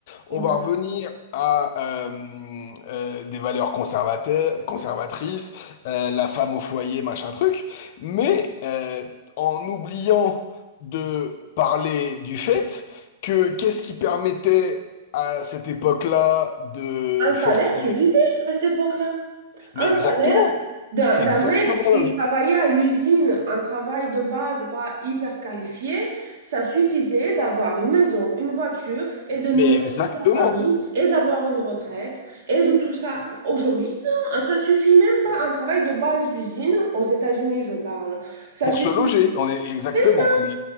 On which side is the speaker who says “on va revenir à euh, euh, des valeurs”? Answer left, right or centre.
Left